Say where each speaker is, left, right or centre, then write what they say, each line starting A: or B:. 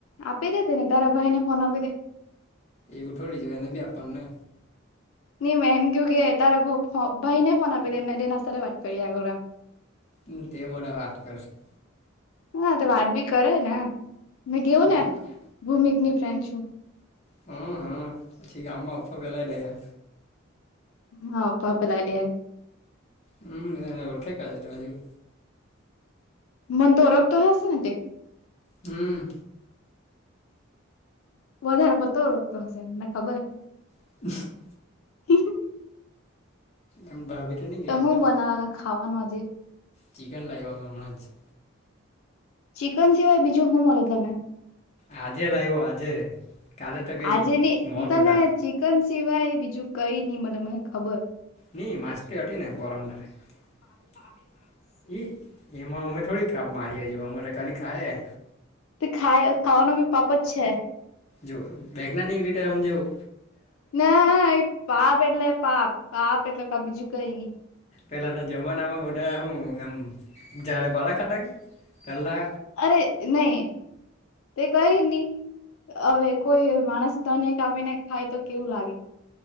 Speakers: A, on the left (about 80°); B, on the left (about 35°).
A: આપી દે તેને તારા ભાઈને ફોન આપી દે.
B: એવું થોડી જો એને બી આપાનું ને.
A: ની મે એમ કેઉ કે, તારા ભ ફ ભાઈને ફોન આપી દે, મેં તેના સાથે વાત કર્યા કરું એમ
B: ની તે બધા વાત કરશું.
A: હ, તો વાત બી કરે ને, મે કેઉ
B: હ
A: ને ભૂમિકની ફ્રેન્ડ છું.
B: હ, હ, પછી ગામમાં અફવા ફેલાવી દેહે.
A: હ, અફ્ફા ફેલાવી દેહે.
B: હમ, એને ઓળખે કા આજે તું આજું.
A: મને તો ઓળખતો હશે ને તે
B: હમ,
A: વધારે પડતો જ ઓડખતો હશે, મને ખબર.
B: <unintelligible>
A: <unintelligible>
B: એમ, ભાભી ત ની કેય
A: તો
B: એમ
A: હું
B: ત.
A: બનાવવાના ખાવાનું આજે?
B: ચિકન લાયવો મે હમણાં જ
A: ચિકન સિવાય બીજું હું મલે તને?
B: આજે લાયવો આજે. કાલે તો કઈ
A: આજે ની,
B: મોઘટા
A: હું તને ચિકન સિવાય બીજું કઈ ની મલે મને ખબર.
B: ની માછલી અતી ને પરમદાળે, પાપી માણસ. ઈ એમાં અમે થોડી કાપ મારીએ જો, અમે તો ખાલી ખાયે.
A: તે ખાય, ખાવાનું બી પાપ જ છે.
B: જો વૈજ્ઞાનિક રીતે હમજાવું?
A: ના, એ પાપ એટલે પાપ, પાપ એટલે પાપ, બીજું કઈ ની.
B: પેલાના જમાનામાં બધા હું, એમ ઝાડી પાલા ખાતા કે પેલ્લા
A: અરે નઈ. તે કઈ ની, અવે કોઈ માણસ તને કાપીને ખાય તો કેવું લાગે?